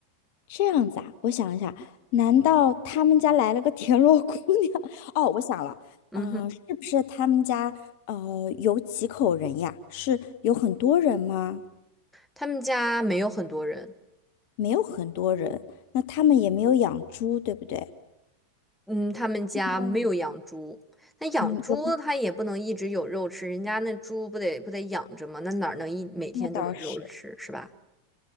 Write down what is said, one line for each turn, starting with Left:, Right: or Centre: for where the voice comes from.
Left: 这样子啊，我想一下，难道他们家来了个田螺姑娘？<laughs> 哦，我想了，
Centre: 嗯哼，
Left: 呃，是不是他们家呃有几口人呀？是有很多人吗？
Centre: 他们家没有很多人，
Left: 没有很多人，那他们也没有养猪，对不对？
Centre: 嗯，他们家没有养猪。
Left: 嗯，
Centre: 那养猪它也不能一直有肉吃，
Left: 嗯，有
Centre: 人家那猪不得不得养着吗？那哪儿能一每天都有肉吃是吧？
Left: 那倒是。